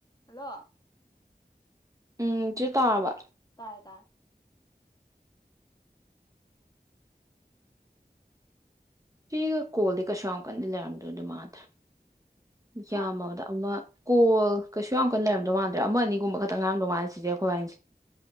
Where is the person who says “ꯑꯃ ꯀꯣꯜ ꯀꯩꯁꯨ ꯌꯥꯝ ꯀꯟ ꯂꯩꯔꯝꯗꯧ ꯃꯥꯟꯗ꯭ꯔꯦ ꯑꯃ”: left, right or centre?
Right